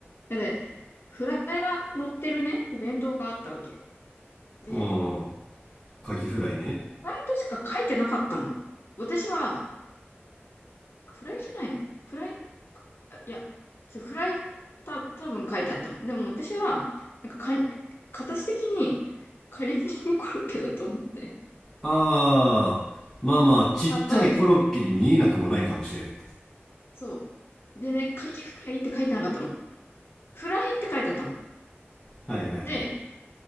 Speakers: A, on the left; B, in the centre.
A: だって、フライが乗ってるね、お弁当があったわけ。で、
B: ああ、牡蠣フライね。
A: フライトしか書いてなかったの。私は、フライじゃないな。フライ、あいや、ちょ、フライ、た、多分書いてあったの。でも私は、なんかか、形的に、カリフォルニアコロッケだと思って、
B: ああ、まあまあ、ちっちゃいコロッケに見えなくもないかもしれん。
A: 買ったわけよ。そう。でね、カキフライって書いてなかったの。フライって書いてあったの。
B: はいはいはい。
A: で、